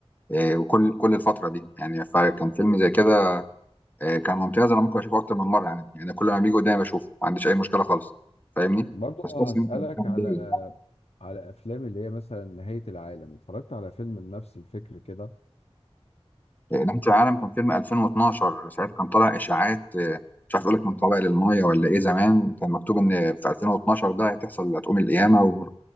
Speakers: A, on the left; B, on the left.
A: آه، وكل كل الفتره دي يعني فكان فيلم زي كده آه، كان ممتاز انا ممكن اشوفه اكتر من مره يعني يعني كل ما بيجي قدامي بشوفه ما عنديش اي مشكله خالص فاهمني
B: برضه
A: بس كويس
B: هسألك
A: ان انت بتتكلم
B: على
A: ليه
B: على أفلام اللي هي مثلا نهاية العالم اتفرجت على فيلم بنفس الفكر كده
A: آه، نهايه العالم كان فيلم 2012 ساعتها كان طالع اشاعات آه، مش عارف اقول لك من طبق للميه ولا ايه زمان كان مكتوب ان في 2012 ده هتحصل هتقوم القيامه و-